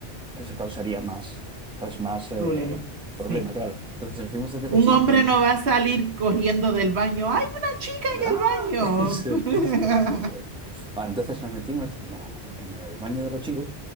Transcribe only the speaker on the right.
Problema,
sí.
Un hombre
no va a salir corriendo del baño. ¡Hay una chica en
el
baño!
<laughs>